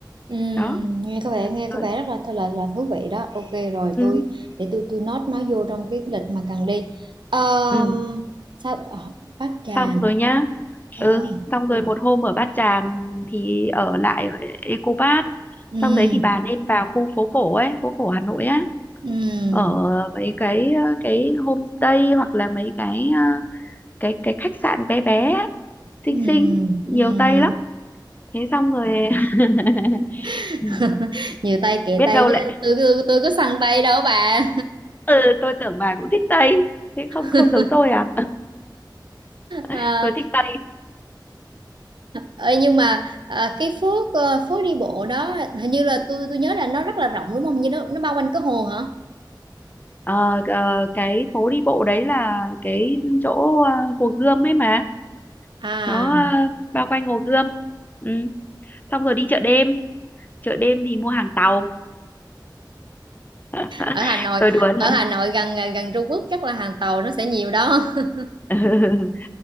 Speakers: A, on the right (about 75°); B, on the left (about 25°).
A: ừm,
B: đó
A: nghe có vẻ nghe
B: rồi
A: có vẻ rất là là là thú vị đó ok rồi
B: ừ,
A: tôi để tôi tôi note nó vô trong cái, lịch mà cần đi Ờm,
B: ừ.
A: sao ờ, Bát Tràng
B: xong rồi nhá
A: Ờ,
B: ừ xong
A: rồi.
B: rồi một hôm ở Bát Tràng thì ở lại ở Eco Park
A: Ừm,
B: xong đấy thì bà nên vào khu phố cổ ấy phố cổ Hà Nội á
A: ừm.
B: ở mấy cái ờ, cái homestay hoặc là mấy cái ờ, cái cái khách sạn bé bé á, xinh
A: Ừm,
B: xinh nhiều
A: ừm.
B: Tây lắm thế xong rồi <laughs>
A: <laughs>
B: Ừ,
A: nhiều tay kệ
B: biết
A: tay
B: đâu
A: chứ
B: lại
A: tôi tôi tôi có săn tay đâu bà
B: ừ, tôi tưởng bà cũng thích Tây thế không
A: <laughs>
B: không giống tôi à <laughs>
A: à,
B: tôi thích Tây
A: ờ, nhưng mà à, cái phố ờ, phố đi bộ đó hình như là tôi tôi nhớ là nó rất là rộng đúng không như nó nó bao quanh cái hồ hả
B: Ờ, ờ, cái phố đi bộ đấy là cái chỗ ờ, Hồ Gươm ấy mà
A: à
B: nó ờ, bao quanh Hồ Gươm ừ. xong rồi đi chợ đêm chợ đêm thì mua hàng tàu <laughs>
A: ở Hà Nội
B: tôi đùa thôi
A: ở Hà Nội gần gần Trung Quốc chắc là hàng tàu nó sẽ nhiều đó <laughs>
B: <laughs>